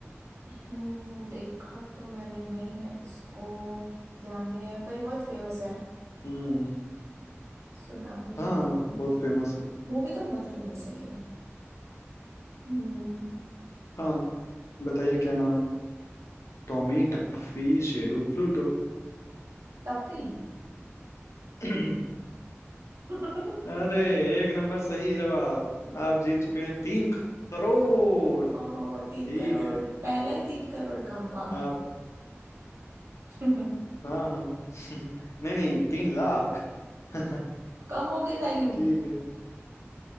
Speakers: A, on the right; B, on the left.
A: हम्म देखा तो मैंने नहीं है इसको ध्यान भी नहीं है पर ये बहुत फेमस है
B: हम्म
A: सुना भी हुआ
B: हाँ
A: है
B: बहुत फेमस है
A: मूवी तो बहुत फेमस है ये हम्म
B: हाँ बताइए क्या नाम है Tommy Tuffy Sheru Pluto
A: टफी
B: <clears throat>
A: <laughs>
B: अरे एक नंबर सही जवाब आप जीत चुके हैं तीन करोड़
A: ओ
B: ठीक
A: तीन करोड़
B: है
A: पहला ही तीन करोड़ का वाह
B: आप
A: <laughs>
B: हाँ हाँ <laughs> नहीं नहीं तीन लाख <laughs>
A: कम हो गई वैल्यू
B: ठीक है